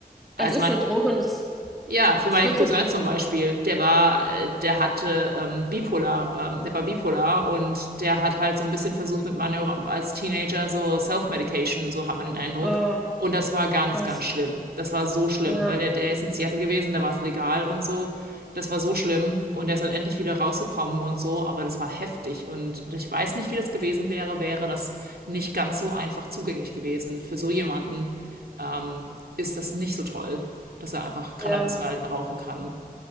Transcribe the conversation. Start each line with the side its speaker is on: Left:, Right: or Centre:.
Centre: Es
Right: Also
Centre: ist
Right: man
Centre: eine Droge und es,
Right: ja, für meinen
Centre: es wird
Right: Cousin
Centre: so,
Right: zum Beispiel, der war, äh, der hatte ähm, bipolar, ähm, der war bipolar und der hat halt so ein bisschen versucht mit Manöver als Teenager so Self-Medication, so hat man den Eindruck.
Centre: äh,
Right: Und das war ganz,
Centre: krass.
Right: ganz schlimm. Das war so schlimm,
Centre: Ja,
Right: weil der, der ist in Seattle gewesen, da war es legal und so. Das war so schlimm und der ist dann endlich wieder rausgekommen und so, aber das war heftig und ich weiß nicht, wie das gewesen wäre, wäre das nicht ganz so einfach zugänglich gewesen für so jemanden ähm, ist das nicht so toll, dass er einfach Cannabis
Centre: ja.
Right: mal rauchen kann.